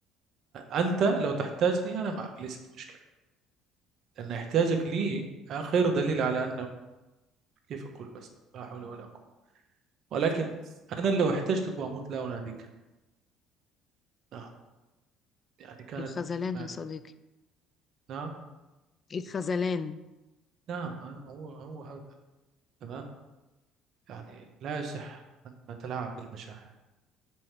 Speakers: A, on the right (about 60°); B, on the left (about 40°).
A: أنت لو تحتاجني أنا معك ليست مشكلة لأن احتياجك لي آخر دليل على أن كيف أقول بس لا حول ولا قوة ولكن أنا لو احتجتك وأموت لا أناديك نعم يعني كانت
B: الخذلان
A: يعني
B: يا صديقي
A: نعم
B: الخذلان
A: نعم هو هو هذا تمام يعني لا يصح أن نتلاعب بالمشاعر